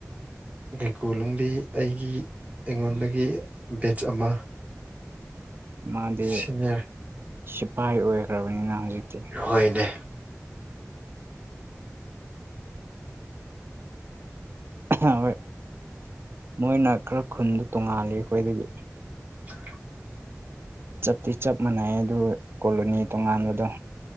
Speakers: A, on the right; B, on the right.
A: ꯀꯩꯀꯨꯅꯨꯡꯗꯤ ꯑꯩꯒꯤ ꯑꯩꯉꯣꯟꯗꯒꯤ ꯕꯦꯆ ꯑꯃ
B: ꯃꯥꯗꯤ
A: ꯁꯤꯅꯤꯌꯔ
B: ꯁꯤꯐꯥꯏ ꯑꯣꯏꯈ꯭ꯔꯕꯅꯤꯅ ꯍꯧꯖꯤꯛꯇꯤ
A: ꯍꯣꯏꯅꯦ
B: ꯑꯣꯏ ꯃꯣꯏꯅ ꯈꯔ ꯈꯨꯟꯗ ꯇꯣꯡꯉꯥꯜꯂꯤ ꯑꯩꯈꯣꯏꯗꯒꯤ
A: ꯊ
B: ꯆꯞꯇꯤ ꯆꯞ ꯃꯥꯟꯅꯩ ꯑꯗꯨ ꯀꯣꯂꯣꯅꯤ ꯇꯣꯉꯥꯟꯕꯗꯣ